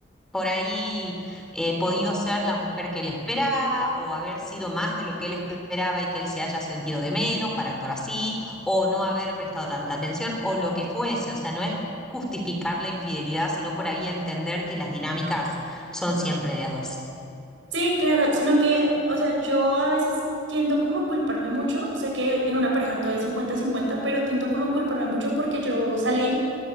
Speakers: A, in the centre; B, on the right (about 80°).
A: por ahí eh, podido ser la mujer que él esperaba o haber sido más de lo que él esperaba y que él se haya sentido de menos para actuar así o no haber prestado tanta atención o lo que fuese. O sea, no es justificar la infidelidad, sino por ahí entender que las dinámicas son siempre de a dos.
B: Sí, claro, sino que, o sea, yo a veces tiendo como a culparme mucho, sé que en una pareja todo es cincuenta-cincuenta, pero tiendo como a culparme mucho porque yo salí